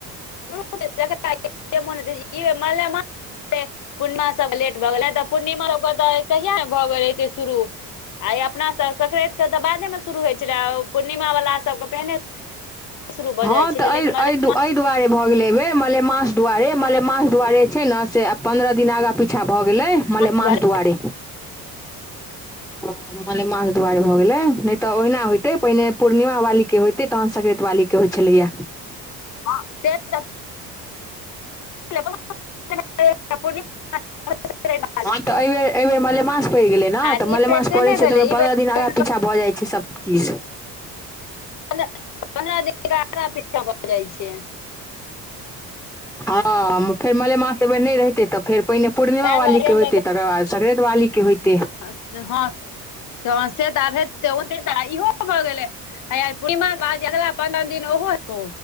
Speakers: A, on the left (about 40°); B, in the centre.
A: <unintelligible> मलेमा तै पूर्णिमा सब लेट भऽ गेलै तऽ पूर्णिमा सबके तऽ कहिया नै भऽ गेल हते शुरू। आ ई अपना सब सक्रैत के तऽ बादे मे शुरू होय छलै पूर्णिमा बला सबके पहिने शुरू भऽ
B: हां
A: जाइ छलै
B: तै ऐ
A: लेकिन मले
B: ऐ दु
A: मास
B: ऐ दुआरे भऽ गेलै ऐ बेर मलेमास दुआरे मलेमास दुआरे छै नै से आ पन्द्रा दिना आगा पीछा भऽ गेलै मलेमास
A: द्वारे
B: दुआरे हां मलेमास दुआरे भ गेलै नै तऽ ओहना हेते पहिने पूर्णिमा वाली के होयते तहन स्क्रेत वाली के होय छलै यै।
A: हां से ते <unintelligible> सरे वाली
B: हां
A: को
B: तै ए बेर ए बेर मलेमास पैड़ गेलै नै
A: आर
B: तऽ
A: ई
B: मलेमास
A: बेर से
B: पड़ै
A: नहि
B: छै
A: भेलै
B: तऽ ओयमे
A: ई
B: पन्द्रा
A: बेर
B: दिन आगाँ पीछा भऽ जाए छै सब। पचीस
A: मने पन्द्रा दिन के आगा पीछा भऽ जाए छै।
B: हां फेर मलेमास ए बेर नै रहितै तऽ फेर पहिने पूर्णिमा
A: तैं
B: वाली
A: दुआरे
B: के
A: एहन
B: होएते तकर बाद सक्रेत वाली के होएते।
A: अस्त हां‌ <unintelligible> ओते से इहो भ गेलै हे यै पूर्णिमा के बाद जे अगला पन्द्रा दिन ओहो हेतो।